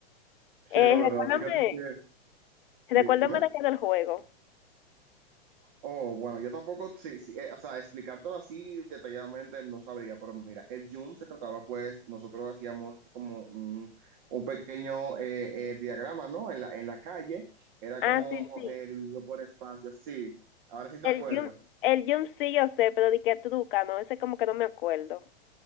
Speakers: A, on the right; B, on the left.
A: Sí,
B: Eh,
A: la verdad,
B: recuérdame,
A: fíjate que,
B: recuérdame
A: dime.
B: de qué del juego.
A: Oh, bueno, yo tampoco, sí, sí, eh, o sea, explicártelo así detalladamente no sabría, pero mira, el Zoom se trataba, pues, nosotros hacíamos como un, un pequeño eh, eh, diagrama, ¿no? En la, en la calle, era como
B: Ah, sí, sí.
A: eh, dividido por espacios, sí, ahora sí te
B: El
A: acuerdas.
B: Jun, el Jun sí yo sé, pero di que truca, ¿no? Ese como que no me acuerdo.